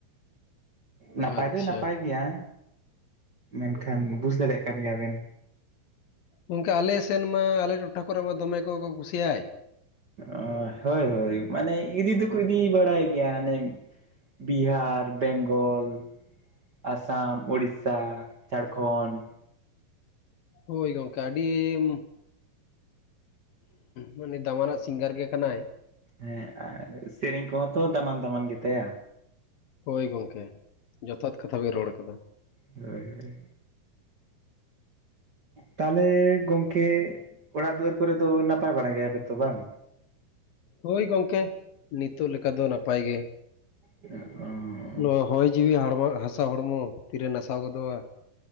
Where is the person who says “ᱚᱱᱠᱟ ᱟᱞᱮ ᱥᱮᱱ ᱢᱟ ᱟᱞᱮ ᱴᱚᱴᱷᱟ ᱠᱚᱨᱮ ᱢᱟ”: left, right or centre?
Left